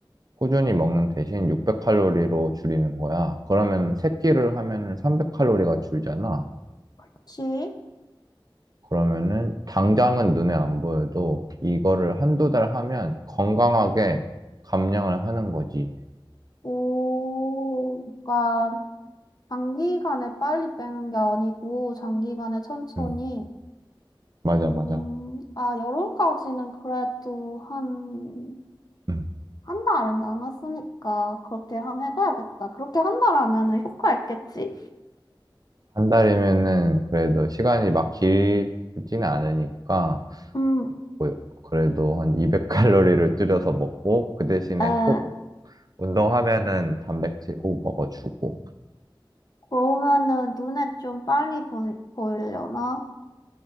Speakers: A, on the right (about 45°); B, on the left (about 45°).
A: 꾸준히 먹는 대신 600칼로리로 줄이는 거야. 그러면 세끼를 하면은 300칼로리가 줄잖아.
B: 그치?
A: 그러면은 당장은 눈에 안 보여도 이거를 한두 달 하면 건강하게 감량을 하는 거지.
B: 오, 그러니까 단기간에 빨리 빼는 게 아니고 장기간에 천천히.
A: 음, 맞아,
B: 음,
A: 맞아.
B: 아, 여름까지는 그래도 한,
A: 음.
B: 한 달은 남았으니까 그렇게 한번 해봐야겠다. 그렇게 한 달 하면은 효과 있겠지?
A: 한 달이면은 그래도 시간이 막 길지는 않으니까
B: 음,
A: 뭐 그래도 한 200칼로리를 줄여서 먹고 그 대신에
B: 에,
A: 꼭 운동하면은 단백질 꼭 먹어주고.
B: 그러면은 눈에 좀 빨리 보이, 보이려나?